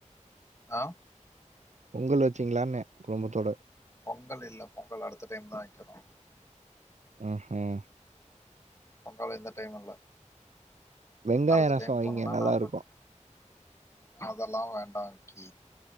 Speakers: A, on the left (about 20°); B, on the right (about 65°).
A: ஆஹ்
B: பொங்கல் வச்சீங்களான்னே குடும்பத்தோட
A: பொங்கல் இல்ல பொங்கல் அடுத்த டைம் தான் வைக்கனும்
B: ஹிம் ஹும்
A: பொங்கல் இந்த டைம் இல்ல
B: வெங்காய
A: அடுத்த
B: ரசம்
A: டைம்
B: வைங்க
A: போனும்னா
B: நல்லா
A: நாப்பது
B: இருக்கும்
A: அதெல்லா வேண்டாம் கீ